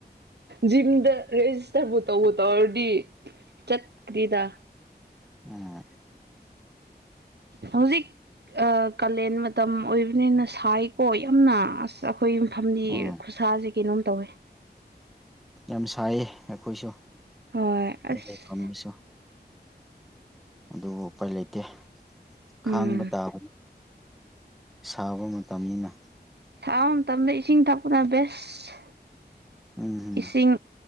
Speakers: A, on the right; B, in the centre.
A: ꯖꯤꯝꯗ ꯔꯦꯖꯤꯁꯇꯔꯕꯨ ꯇꯧꯕ ꯇꯧꯔꯗꯤ ꯆꯠꯀ꯭ꯔꯤꯗ
B: ꯎꯝ
A: ꯍꯧꯖꯤꯛ ꯀꯥꯂꯦꯟ ꯃꯇꯝ ꯑꯣꯏꯕꯅꯤꯅ ꯁꯥꯏꯀꯣ ꯌꯥꯝꯅ ꯑꯁ ꯑꯩꯈꯣꯏ ꯃꯐꯝꯗꯤ
B: ꯎꯝ
A: ꯈꯨꯠꯁꯥꯁꯦ ꯀꯩꯅꯣꯝ ꯇꯧꯋꯦ
B: ꯌꯥꯝ ꯁꯥꯏꯌꯦ ꯑꯩꯈꯣꯏꯁꯨ
A: ꯍꯣꯏ
B: ꯑꯩ
A: ꯑꯁ
B: ꯂꯩꯐꯝꯗꯨꯁꯨ ꯑꯗꯨꯕꯨ ꯎꯄꯥꯏ ꯂꯩꯇꯦ ꯈꯥꯡꯕ
A: ꯎꯝ
B: ꯇꯥꯕꯅꯤ ꯁꯥꯕ ꯃꯇꯝꯅꯤꯅ
A: ꯇꯕ ꯃꯇꯝꯗ ꯏꯁꯤꯡ ꯊꯛꯄꯅ ꯕꯦꯁ
B: ꯎꯝ ꯎꯝ
A: ꯏꯁꯤꯡ